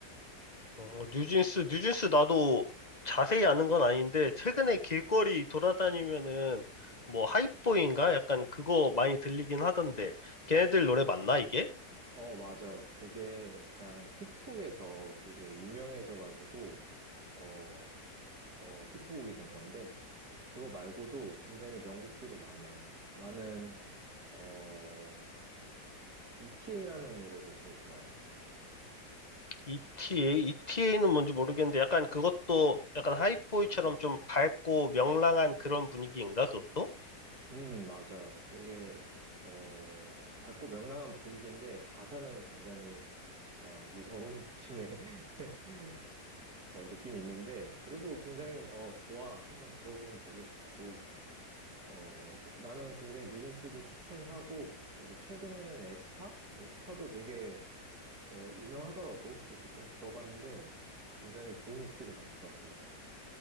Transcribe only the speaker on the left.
어, 뉴진스, 뉴진스 나도 자세히 아는 건 아닌데, 최근에 길거리 돌아다니면은, 뭐, 하이보인가? 약간 그거 많이 들리긴 하던데, 걔네들 노래 맞나, 이게?
ETA? ETA는 뭔지 모르겠는데, 약간 그것도, 약간 하이보이처럼 좀 밝고 명랑한 그런 분위기인가, 그것도?